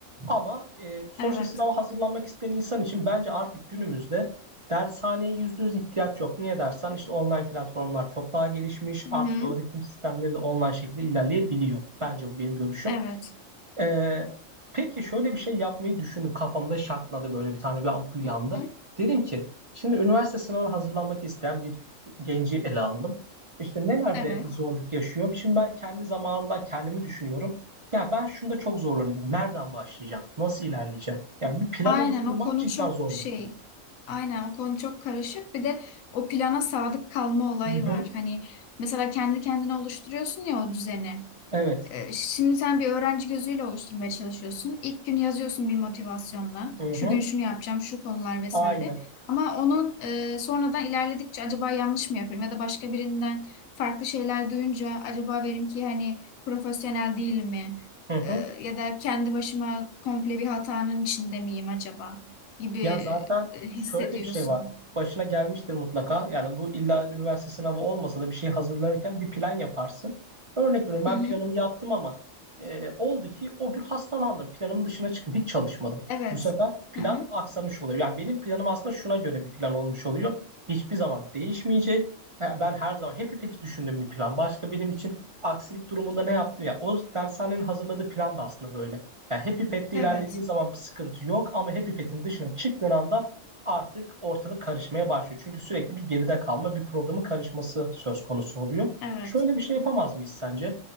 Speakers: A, on the right (about 35°); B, on the left (about 85°).
A: Ama e, sonuçta
B: Evet.
A: sınava hazırlanmak isteyen insan için bence artık günümüzde dershaneye yüzde yüz ihtiyaç yok. Niye dersen işte online platformlar çok daha gelişmiş.
B: Hı
A: Artık
B: hı.
A: öğretim sistemleri de online şekilde ilerleyebiliyor. Bence bu benim görüşüm.
B: Evet.
A: Ee, peki şöyle bir şey yapmayı düşündüm. Kafamda şakladı böyle bir tane bir ampul yandı.
B: Hı hı.
A: Dedim ki şimdi üniversite sınavına hazırlanmak isteyen bir genci ele alalım. İşte nelerde
B: Evet.
A: zorluk yaşıyor? Şimdi ben kendi zamanımdan kendimi düşünüyorum. Ya ben şunda çok zorlanıyordum. Nereden başlayacağım? Nasıl ilerleyeceğim? Yani bir plan
B: Aynen
A: oluşturmak
B: o konu
A: cidden
B: çok
A: zordu.
B: şey. Aynen o konu çok karışık. Bir de o plana sadık kalma olayı
A: Hı hı.
B: var. Hani mesela kendi kendine oluşturuyorsun ya o düzeni.
A: Evet.
B: Ee, Şimdi sen bir öğrenci gözüyle oluşturmaya çalışıyorsun. İlk gün yazıyorsun bir motivasyonla.
A: Hı
B: Şu
A: hı.
B: gün şunu yapacağım, şu konular vesaire.
A: Aynen.
B: Ama onun e, sonradan ilerledikçe acaba yanlış mı yapıyorum ya da başka birinden farklı şeyler duyunca acaba benim ki hani profesyonel değil mi?
A: Hı hı.
B: Ee, ya da kendi başıma komple bir hatanın içinde miyim acaba gibi
A: Ya zaten
B: e, hissediyorsun.
A: şöyle de bir şey var. Başına gelmiştir mutlaka. Yani bu illa üniversite sınavı olmasa da bir şey hazırlanırken bir plan yaparsın. Örnek veriyorum ben
B: Hı hı.
A: planımı yaptım ama e, oldu ki o gün hastalandım. Planımın dışına çıktım. Hiç çalışmadım.
B: Evet.
A: Bu sefer plan
B: Hı hı.
A: aksamış oluyor. Yani benim planım aslında şuna göre bir plan olmuş oluyor. Hiçbir zaman değişmeyecek. E, Ben her zaman hep ipeti düşündüğüm bir plan. Başka benim için aksilik durumunda ne yaptım ya. O dershanenin hazırladığı plan da aslında böyle. Yani Happy Pet'te
B: Evet.
A: ilerlediğin zaman bir sıkıntı yok ama Happy Pet'in dışına çıktığın anda artık ortalık karışmaya başlıyor. Çünkü sürekli bir geride kalma, bir programın karışması söz konusu oluyor.
B: Evet.
A: Şöyle bir şey yapamaz mıyız sence?